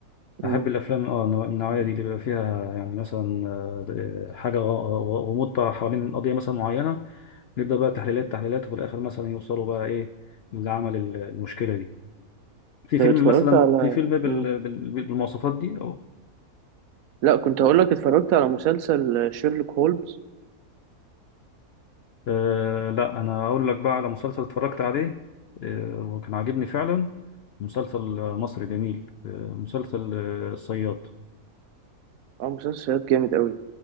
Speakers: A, on the right; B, on the left.
A: امم
B: احب الافلام اه نوع- من النوعيه دي اللي بيبقى فيها يعني مثلا آه، د- حاجه غ- غ- غموضه حوالين قضيه مثلا معينه يبدا بقى تحليلات تحليلات وفي الاخر مثلا يوصلوا بقى ايه اللي عمل ال- المشكله دي في
A: طب
B: فيلم
A: اتفرجت
B: مثلا
A: على
B: في فيلم بال-
A: امم
B: بال- بال- بالمواصفات دي اه
A: لا كنت هقول لك اتفرجت على مسلسل شيرلوك هولمز
B: آه، لا انا اقول لك بقى على مسلسل اتفرجت عليه آه، وكان عاجبني فعلا مسلسل مصري جميل آه، مسلسل آه، الصياد
A: اه مسلسل جامد قوي